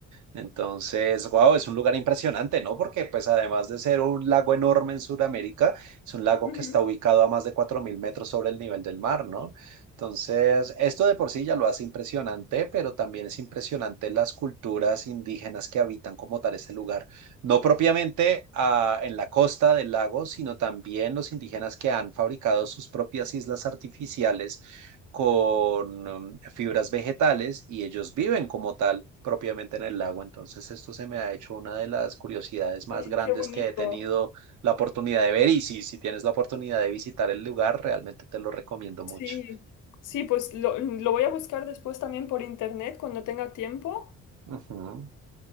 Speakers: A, on the right; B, on the left.
A: Entonces, wow, es un lugar impresionante, ¿no? Porque pues además de ser un lago enorme en Sudamérica, es un lago
B: Ujú.
A: que está ubicado a más de 4.000 metros sobre el nivel del mar, ¿no? Entonces, esto de por sí ya lo hace impresionante, pero también es impresionante las culturas indígenas que habitan como tal este lugar, no propiamente ah, en la costa del lago, sino también los indígenas que han fabricado sus propias islas artificiales con um, fibras vegetales y ellos viven como tal propiamente en el lago. Entonces esto se me ha hecho una de las curiosidades más
B: Ay,
A: grandes
B: qué bonito.
A: que he tenido la oportunidad de ver y si, si tienes la oportunidad de visitar el lugar, realmente te lo recomiendo mucho.
B: Sí, sí, pues lo, lo voy a buscar después también por internet cuando tenga tiempo
A: Ujú.